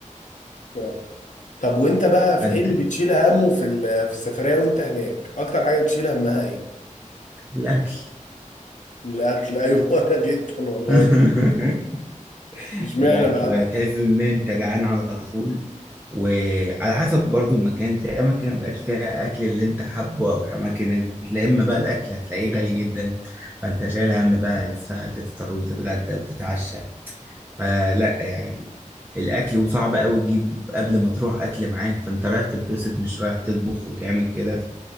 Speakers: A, on the left; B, on the right.
A: آه. طب وانت بقى في
B: فانت
A: ايه اللي بتشيل همه في ال- في السفرية وانت هناك اكتر حاجة بتشيل همها ايه
B: الاكل
A: الاكل ايوه <laughs> انا جدا والله
B: <laughs>
A: مش معنى
B: الاكل
A: بقى
B: بقى تحس ان انت جعان على طول وعلى حسب برضو المكان في اماكن ما بقاش فيها اكل اللي انت حابه او اماكن لا اما بقى الاكل هتلاقيه غالي جدا فانت شايل هم بقى لسه هتفطر وتتغدى وتتعشى فلا يعني الاكل وصعب قوي تجيب قبل ما تروح اكل معاك فانت رايح تتبسط مش رايح تطبخ وتعمل كده